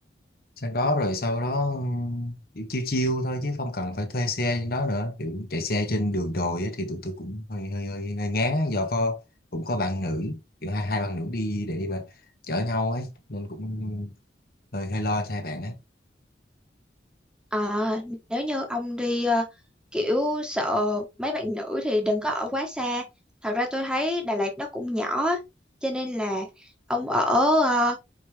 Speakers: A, on the left (about 55°); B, in the centre.
A: sang đó rồi sau đó ừm, kiểu chiêu chiêu thôi chứ không cần phải thuê xe trên đó nữa kiểu chạy xe trên đường đồi á, thì tụi tôi cũng hơi hơi hơi, hơi ngán á, do có cũng có bạn nữ kiểu hai hai bạn nữ đi để mà chở nhau ấy nên cũng hơi hơi lo cho hai bạn ấy
B: À, nếu như ông đi ờ, kiểu sợ mấy bạn nữ thì đừng có ở quá xa. Thật ra tôi thấy Đà Lạt nó cũng nhỏ á, cho nên là ông ở ờ,